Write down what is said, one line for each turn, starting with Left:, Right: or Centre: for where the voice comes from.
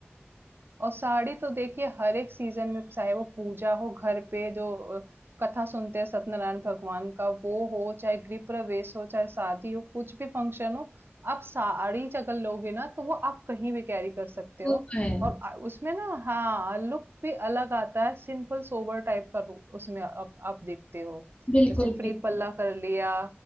Right: और साड़ी तो देखिए हर एक सीजन में चाहे वो पूजा हो घर पे जो अ, कथा सुनते हैं सत्यनारायण भगवान का वो हो चाहे गृह प्रवेश हो चाहे शादी हो कुछ भी फंक्शन हो आप साड़ी अगर लोगे ना तो वो आप कहीं भी कैरी कर सकते
Left: वो
Right: हो
Left: तो है
Right: और आ- उसमें ना हाँ लुक भी अलग आता है सिंपल सोबर टाइप का रू- उसमें आप आप देखते हो
Left: बिल्कुल
Right: जैसे
Left: बिल्कुल
Right: फ्री पल्ला कर लिया